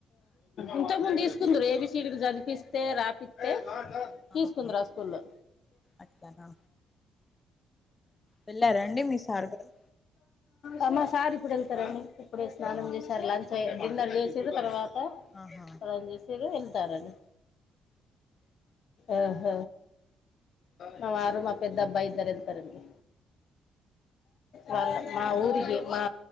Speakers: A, on the left; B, on the left.
A: ఇంతకు ముందు
B: అందుకు
A: తీసుకుందరు ఏబీ సీడీలు చదిపిస్ తే రాపిస్తే తీసుకుందురు
B: ఆహా
A: ఆ స్కూల్లో
B: అట్లానా వెళ్ళారా అండి మీ సార్ గారు
A: ఆ మా సార్ ఇప్ ఇప్పుడు వెళ్తారని ఇప్పుడే స్నానం
B: ఆ
A: చేశారు లంచ్ అ డిన్నర్ చేసిరు తర్వా
B: ఆహా
A: రంజిసిరు వెళ్తారని అహ మా వారు
B: అట్లా
A: మా ఎద్ద అబ్బాయి ఇద్దరు ఎళ్తరండి వాళ మా ఊరికి మా